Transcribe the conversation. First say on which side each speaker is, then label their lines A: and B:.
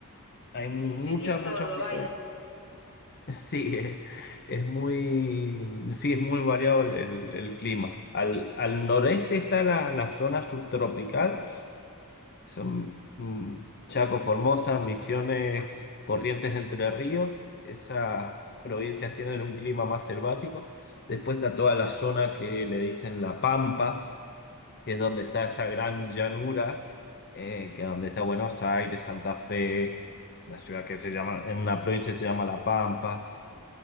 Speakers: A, on the left; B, on the left.
A: Hay mucha,
B: tenéis
A: mucha
B: todo,
A: variedad
B: vaya.
A: <laughs> Sí, es, es muy, sí, es muy variado el, el- el clima. Al, al noreste está la, la zona subtropical, son mm, Chaco, Formosa, Misiones, Corrientes, Entre Ríos. Esas provincias tienen un clima más selvático. Después está toda la zona que le dicen La Pampa, que es donde está
B: Ujú,
A: esa gran llanura, eh, que es donde está Buenos Aires, Santa Fe, la ciudad que se llama, en una provincia que se llama La Pampa.